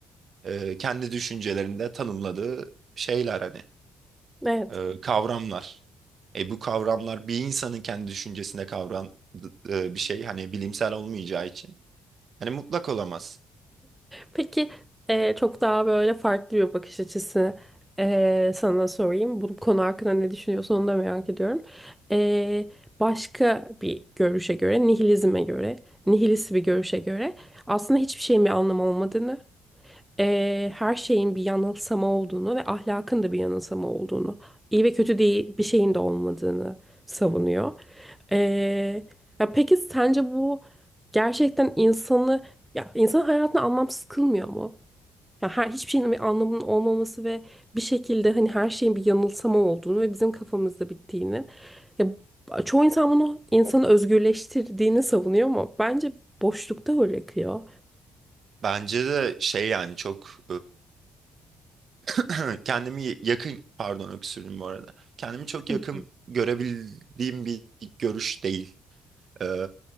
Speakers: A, on the right; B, in the centre.
A: e, kendi düşüncelerinde tanımladığı şeyler hani
B: Evet.
A: e, kavramlar. E bu kavramlar bir insanın kendi düşüncesinde kavran e, bir şey hani bilimsel olmayacağı için hani mutlak olamaz.
B: Peki e, çok daha böyle farklı bir bakış açısı e, sana sorayım. Bu konu hakkında ne düşünüyorsun onu da merak ediyorum. E, başka bir görüşe göre, nihilizme göre, nihilist bir görüşe göre aslında hiçbir şeyin bir anlamı olmadığını eee, her şeyin bir yanılsama olduğunu ve ahlakın da bir yanılsama olduğunu, iyi ve kötü değil bir şeyin de olmadığını savunuyor. Eee, ya peki sence bu gerçekten insanı ya insanın hayatını anlamsız kılmıyor mu? Ya her hiçbir şeyin bir anlamının olmaması ve bir şekilde hani her şeyin bir yanılsama olduğunu ve bizim kafamızda bittiğini. Ya çoğu insan bunu insanı özgürleştirdiğini savunuyor ama bence boşlukta bırakıyor.
A: Bence de şey yani çok e, <clears throat> kendimi yakın pardon öksürdüm bu arada. Kendimi çok
B: Sıkıntı.
A: yakın görebildiğim bir görüş değil. E,